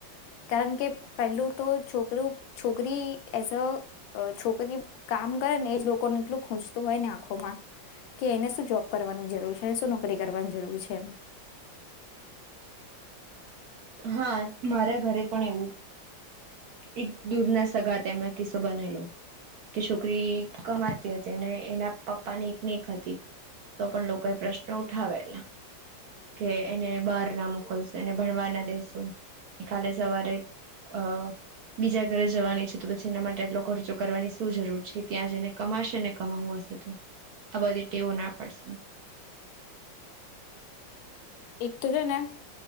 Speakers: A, on the left; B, on the right.
A: કારણ કે પહેલું તો છોકરું છોકરી એઝ અ છોકરી કામ કરે ને એજ લોકોને એટલું ખૂંચતું હોય ને કે એને શું જોબ કરવાની જરૂર છે શું નોકરી કરવાની જરૂર છે એ
B: હા મારા ઘરે પણ એવું એક દૂર ના સગા તેમ એમણે કિસ્સો બનેલો કે છોકરી કમાતી હતી અને એના પપ્પાની એક ક હતી તો પણ લોકોએ પ્રશ્ન ઉઠાવેલા કે એને બહાર ના મોકલશે એને ભણવાના કાલે સવારે અ બીજા ઘરે જવાની છે તો પછી એના માટે આટલો ખર્ચો કરવાની શું જરૂર છે ત્યાં જઈને કમાશે ને કમાવું હ આ બતેટેવના પારશે
A: એક તો છે ને